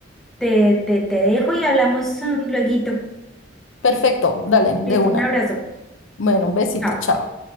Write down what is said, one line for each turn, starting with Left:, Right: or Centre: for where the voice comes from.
Centre: te, te, te dejo y hablamos mm, lueguito.
Left: Perfecto, dale, de
Centre: Listo,
Left: una.
Centre: un abrazo.
Left: Bueno, un besito,
Centre: Chao.
Left: chao.